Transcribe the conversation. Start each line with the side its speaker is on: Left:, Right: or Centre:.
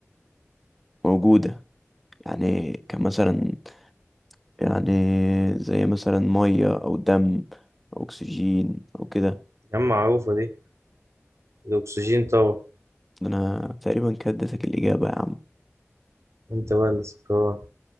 Centre: موجودة يعني كمثلا يعني زي مثلا مية او دم او اكسجين او كده
Right: يا عم معروفة دي الأكسجين طبعا
Centre: انا تقريبا كده اديتك الاجابه يا عم
Right: أنت بقى اللي سكران